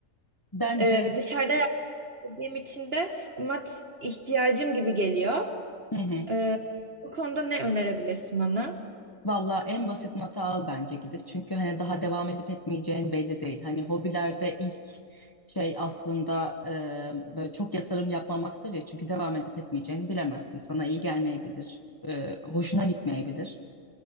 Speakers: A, on the left; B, on the right.
A: Bence
B: Ee, dışarıda yaşadığım için de mat ihtiyacım gibi geliyor.
A: hı hı.
B: Ee, bu konuda ne önerebilirsin bana?
A: Valla en basit mata al bence gidip. Çünkü hani daha devam edip etmeyeceğin belli değil. Hani hobilerde ilk şey aslında e, böyle çok yatırım yapmamaktır ya. Çünkü devam edip etmeyeceğini bilemezsin. Sana iyi gelmeyebilir. e, hoşuna gitmeyebilir.